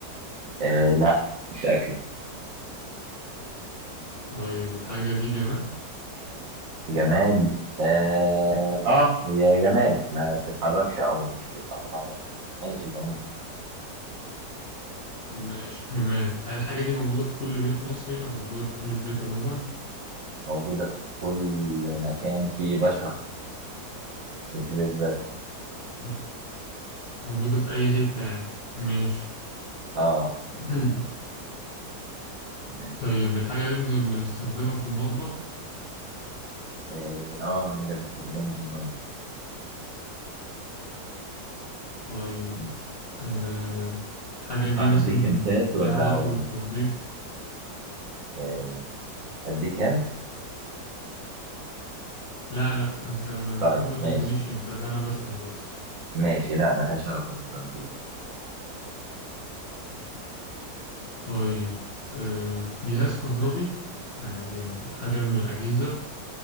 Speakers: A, on the right; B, on the left.
A: آه، لا مش اكل
B: طيب الحاجة دي جماد؟
A: جماد اه اه هي جماد ما بتتحركش او مش بيطلع لها نفس ماشي جماد
B: ماشي جماد هل الحاجة دي موجودة في كل بيت مصري أو موجودة في كل بيت عموما؟
A: موجودة في كل مكان فيه بشر مش بيت بس
B: م- موجودة في أي حتة يعني ماشي
A: اه
B: <clears throat>
A: اه
B: طيب الحاجة دي بن- بنستخدمها في المطبخ؟
A: آه، آه، نقدر نستخدمها في النضف
B: طيب
A: م.
B: آه، الحاجة
A: ينفع
B: دي
A: نديك
B: مثلا
A: هنتات ولا
B: لها علاقة
A: ولا
B: بالتنظيف؟
A: آه، اديك هنت
B: لا لا أنت المفروض
A: طيب
B: ما تدينيش
A: ماشي
B: أنت ده أنا بسأل بس
A: ماشي لا ملهاش علاقة بالتنظيف
B: طيب آه، جهاز كهربي؟ يعني حاجة من الأجهزة